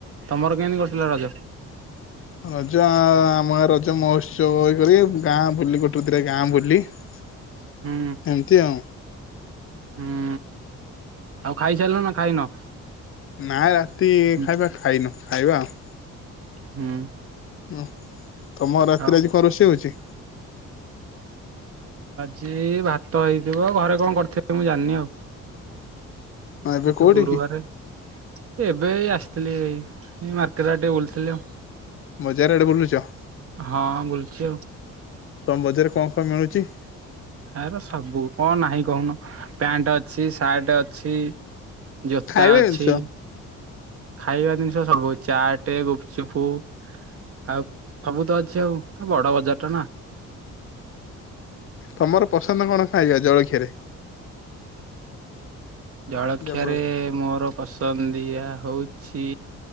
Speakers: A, on the right (about 50°); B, on the left (about 45°).
A: ତମର କେମିତି କଟିଲା ରଜ
B: <inaudible> ରଜ ଆମ ଗାଁ ରଜ ମହୋତ୍ସବ ଇ କରିବେ ଗାଁ ବୁଲି ଗୋଟେ <unintelligible> ଦିଟା ଗାଁ ବୁଲି <inaudible>
A: ହୁଁ
B: ଏମିତି ଆଉ।
A: ହୁଁ ଆଉ ଖାଇସାରିଲ ନା ଖାଇନ?
B: ନାଇ ରାତି
A: ହୁଁ
B: ଖାଇବା ଖାଇନୁ ଖାଇବା ଆଉ।
A: ହୁଁ।
B: ହୁଁ ତମ ରାତିରେ
A: ଆଉ
B: ଆଜି କଣ ରୋଷେଇ ହଉଛି?
A: ଛି ଭାତ ହେଇଥିବ। ଘରେ କଣ କରିଥିବେ ମୁଁ ଜାଣିନି ଆଉ।
B: ହଁ ଏବେ
A: ଆଜି
B: କୋଉଠି
A: ତ ଗୁରୁବାର
B: କି
A: ଏ ଏବେ ହେଇ ଆସି ଥିଲୀ ଏଇ ମାର୍କେଟ ଆଡେ ଟିକେ ବୁଲୁଥିଲି ଆଉ।
B: ଚାରିଆଡେ ବୁଲୁଛ?
A: ହଁ ବୁଲୁଛି ଆଉ।
B: ତମ ବଜାରରେ କଣ, କଣ ମିଳୁଛି?
A: ଆର ସବୁ କଣ ନାହିଁ କହୁନ? ପ୍ୟାଣ୍ଟ ଅଛି, ସାର୍ଟ ଅଛି ଜୋତା
B: ଖାଇବା
A: ଅଛି
B: ଜିନିଷ
A: ଖାଇବା ଜିନିଷ ସବୁ ଚାଟ, ଗୁପଚୁପ୍ ଆଉ ସବୁ ତ ଅଛି, ଆଉ ବଡ ବଜାର ଟା ନା!
B: ତମର ପସନ୍ଦ କଣ ଖାଇବା ଜଳଖିଆରେ?
A: ଜଳଖିଆ
B: ଦେବୁଳ
A: ରେ ମୋର ପସନ୍ଦୀୟା ଟା ହଉଛି